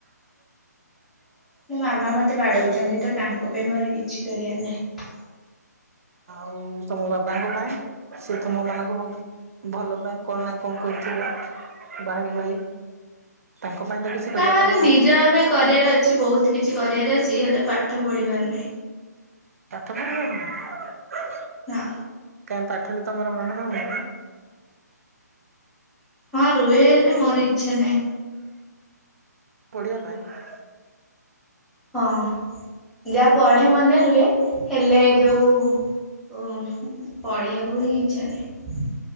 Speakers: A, in the centre; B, on the right (about 55°).
A: ମୋ ମାମା ମତେ ବାଡଉଛନ୍ତିତ ତାଙ୍କ ପାଇଁ ମୋର କିଛି କରିବାର ନାହିଁ।
B: ଆଉ ତମ ବାବାଙ୍କ ପାଇଁ ସେ ତୁମ ମାନଙ୍କ ଭଲ ପାଇଁ କଣ ନାହିଁ କଣ କରୁଥିବେ ଭାଇ ଭାଇ ତାଙ୍କ ପାଇଁ ତ କିଛି କରିବା
A: ନା ମାନେ
B: ପାଇଁ
A: ଦି
B: ଆସ
A: ଜଣ ପାଇଁ କରିବାର ଅ କିଛି ବହୁତ କିଛି କରିବାର ଅଛି ହେଲେ ପାଠ ପଢିିବାର ନାହିଁ।
B: ପାଠ ପଢ଼ିବନି।
A: ନାଁ।
B: କାଇଁ ପାଠରେ ତମର ମନ ରହୁନି?
A: ହଁ ରୁହେ ହେଲେ ମୋର ଇଚ୍ଛା ନାହିଁ।
B: ପଢ଼ିବା ପାଇଁ?
A: ହଁ ଯାହା ପଢ଼େ ମନେ ରୁହେ ହେଲେ ଯୋଉ ଉ ପଢ଼ିବାକୁ ହିଁ ଇଚ୍ଛା ନାହି।